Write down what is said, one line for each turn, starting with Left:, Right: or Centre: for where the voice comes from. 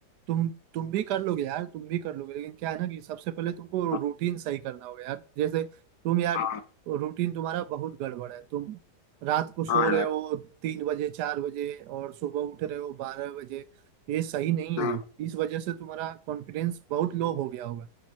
Right: तुम तुम भी कर लोगे यार तुम भी कर लोगे लेकिन क्या है ना कि सबसे पहले तुमको
Left: हाँ
Right: रूटीन सही करना होगा यार जैसे तुम यार
Left: हाँ
Right: रूटीन तुम्हारा बहुत गड़बड़ है तुम रात को सो
Left: हाँ
Right: रहे
Left: यार
Right: हो तीन बजे चार बजे और सुबह उठ रहे हो बारह बजे ये सही नहीं
Left: हम्म,
Right: है इस वजह से तुम्हारा कॉन्फिडेंस बहुत लो हो गया होगा